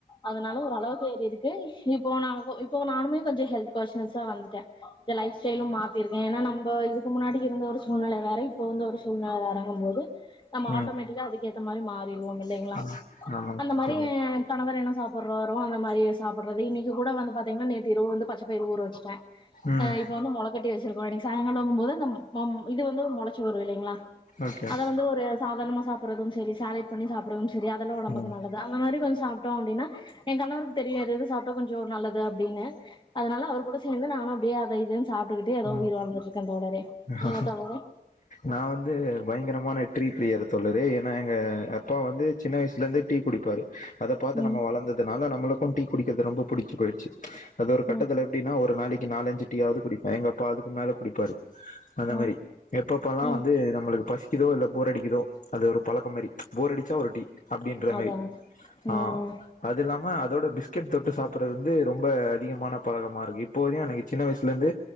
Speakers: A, on the left; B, on the left.
A: அதனால ஒரு அளவுக்கு ஏறி இருக்கு இப்போ நா இப்போ நானுமே கொஞ்சோ ஹெல்த் கொஷின்ஸா வந்துட்ட எ லைஃப் ஸ்டெயிலு மாத்திருக்க ஏன்னா நம்ப இதுக்கு முன்னாடிக்கு இருந்த ஒரு சூழ்நெல வேற இப்போ வந்து ஒரு சூழ்நெல வறங்கும் போது நம்ம ஆட்டோமேட்டிக்கா
B: ம்
A: அதுக்கு ஏத்த மாரி மாறிடுவோ இல்லைங்களா
B: ஆமா ஆமாங்க
A: அந்த மாதிரி எ கணவர் என்ன சாப்புராரோ அந்த மாரி சாப்புர்றது இன்னைக்கு கூட வந்து பாத்தீங்கன்னா நேத்து இரவு வந்து பச்ச பயிறு ஊற வெச்சுட்ட
B: ம்
A: அ இப்ப வந்து மொளக்கட்டி வெச்சுருக்கோ இன்னைக்கு சாயிங்காலங்கும் போது அந்த மம் இது வந்து ஒரு மொளச்சு வரு இல்லைங்களா
B: ஓகே
A: அத வந்து ஒரு சாதாரணமா சாப்புறதும் சேரி சாலேட் பண்ணி சாப்புறதும் சேரி அ அதல்லா ஒடம்புக்கு
B: ம் ம்
A: நல்லது அந்த மாரி கொஞ்சோ சாப்டோ அப்டின்னா எங் கணவருக்கு தெரியாது இது சாப்டா கொஞ்சோ நல்லது அப்டின்னு அதனால அவர் கூட சேந்து நானு அப்டியே அத இதுன் சாப்டுக்கிட்டே எதோ
B: ம்
A: உயிர் வாழ்ந்துட்ருக்கந் தோழரே
B: ம்
A: நீங்க தோழரே
B: நா வந்து பயங்கரமான ட்ரீ பிரியரு தோழரே என் நா எங்க அப்பா வந்து சின்ன வயிசுல இருந்து டீ குடிப்பாரு அத பாத்து
A: ம்
B: நம்ம வளந்ததுனால நம்மளுக்கும் டீ குடிக்குறது ரொம்போ புடுச்சு போயிருச்சு அது ஒரு கட்டத்துல
A: ம்
B: எப்டின்னா ஒரு நாளைக் நாலஞ்சு டீ யாது குடிப்ப எங்க அப்பா அதுக்கு மேல குடிப்பாரு அந்த
A: ம்
B: மாரி எப்பப் இப்பல்லா
A: ம்
B: வந்து நம்மள் இப்ப எனக்கு பசிக்குதோ இல்ல போர் அடிக்கிதோ அது ஒரு பழக்கோ மாரி போர் அடுச்சா ஒரு டீ அப்டின்ற
A: அதா
B: மாரி
A: ம்
B: ஆ
A: ம்
B: அது இல்லாம அதோட பிஸ் பிஸ்கெட் தொட்டு சாப்புறது வந்து ரொம்ப அதிகமான பழக்கமாக இருக்கு இப்போதைக்கு எனக்கு சின்ன வயிசுலேருந்து